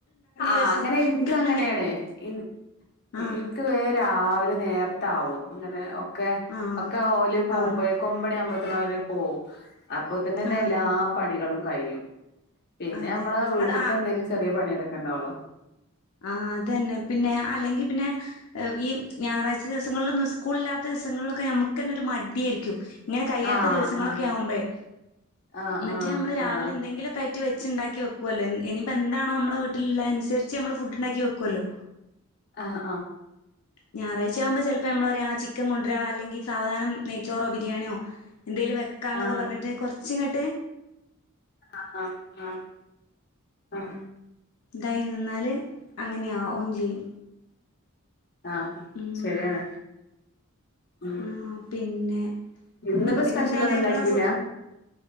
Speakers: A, on the left; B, on the left.
A: ആ
B: ദിവസം
A: അങ്ങനെ എനിക്ക്
B: തോന്നുന്നു
A: അങ്ങനെയാണ് എനി
B: ആഹ്
A: എനിക്ക് വേം രാവിലെ നേർത്താവും അങ്ങനെ ഒ ഒക്കെ
B: ആഹ്
A: ഒക്കെ ഓല് പോകുമ്പോയേക്കും
B: ആഹ്
A: ഒമ്പമണിആവുമ്പോയേക്കും പനരെ പോവും അപ്പൊ തന്നെ തന്നെ
B: ആഹ്
A: എല്ലാ പണികളും കയും പിന്നെ
B: അതെ
A: നമ്മളീ
B: അത്
A: അടുത്തെന്താലും ചെറിയ പണിയക്കെ ഒക്കണ്ടാവളോ
B: ആ അത തന്നെ പിന്നെ അല്ലെങ്കി പിന്നെ ഈ ഞായറാഴ് ദസങ്ങളിൽന്ന് സ്കൂള ഇല്ലാത്ത സങ്ങളിലൊക്കെ നമക്ക് തന്നെ ഒരു മടിയായിരിക്കും ഇങ്ങനെ കഴിയാത്ത
A: ആഹ്
B: ദിവസങ്ങളൊക്കെ
A: ആഹ്
B: ആകുമ്പേ
A: ആഹ്
B: മറ്റേ
A: ആഹ്
B: നമ്മള് രാവിലെ
A: ആഹ്
B: എന്തെങ്കിലുമൊക്കെ ച് വെുണ്ടാക്കി വെക്കുവല്ലോനി അപ്പ എന്താണ നമ്മള വീട്ടിലുള്ള അനുസരിച്ച് ച് നമ്മള് ഫുഡ് ഉണ്ടാക്കി വക്കല്ലോ
A: ആഹ്
B: ഞായറാഴ്ച ആവുമ്പോ ചിലപ്പോ നമ്മള ആ ചിക്കൻ കൊ ഡ്ര അല്ലെങ്കിൽസാ വധാന നെയച്ചോറോ ബിരിയാണിയോ എന്തേങ്കലും വെക്കാന്നൊക്കെ
A: ആഹ്
B: പറഞ്ഞിട്ട് കുറച്ച് ച്ചിങ്ങട്ടെ
A: ആഹ ആഹ് ആഹ ആഹ
B: ദൈ നിന്നാൽ അങ്ങനെയ ഓൺ ചെയ്യും
A: ആഹ
B: ഉം
A: ശരിയാണ് ഉം
B: ആ പിന്നെ ആ
A: ഇന്നിപ്പോ
B: പിന്നെന്താണ്
A: സ്പെഷ്യലൊന്നും ഉണ്ടാക്കിയില്ല
B: നിങ്ങളെ ഫ്